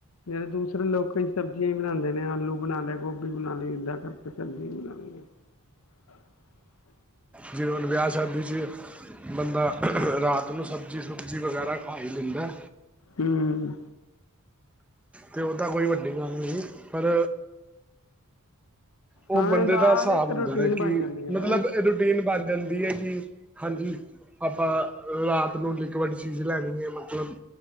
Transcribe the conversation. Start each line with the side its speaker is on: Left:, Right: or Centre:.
Left: ਜਿਵੇਂ ਦੂਸਰੇ ਲੋਕ ਸਬਜ਼ੀਆਂ ਹੀ ਬਣਾਉਂਦੇ ਨੇ ਆਲ ਬਣਾਉਂਦੇ ਗੋਭੀ ਬਣਾਉਂਦੇ <unintelligible> <inaudible>
Centre: ਜਿਵੇਂ ਹੁਣ ਵਿਆਹ ਸ਼ਾਦੀ' ਚ ਬੰਦਾ ਰਾਤ ਨੂੰ ਸਬਜ਼ੀ। ਸਬਜ਼ੀ ਵਗੈਰਾ ਖਾਹੀ ਲੈਂਦਾ।
Left: ਹਮ
Centre: ਤੇ ਉਦਾਂ ਕੋਈ ਵੱਡੀ ਗੱਲ ਨਹੀਂ। ਪਰ ਉਹ
Left: ਹਾਂ
Centre: ਬੰਦੇ
Left: ਦਾਲ
Centre: ਦਾ ਹਿਸਾਬ
Left: ਇੱਕ
Centre: ਹੁੰਦਾ
Left: ਰੂਟੀਨ
Centre: ਹੈ
Left: ਬਣ
Centre: ਕਿ
Left: ਜਾਂਦੀ ਹੈ ਨਾ
Centre: ਮਤਲਬ ਰੂਟੀਨ ਬਣ ਜਾਂਦੀ ਹੈ ਕਿ ਹਾਂਜੀ ਆਪਾਂ ਰਾਤ ਨੂੰ ਲਿਕਵਡ ਚ ਚੀਜ਼ ਲੈਣੀ ਹੈ ਮਤਲਬ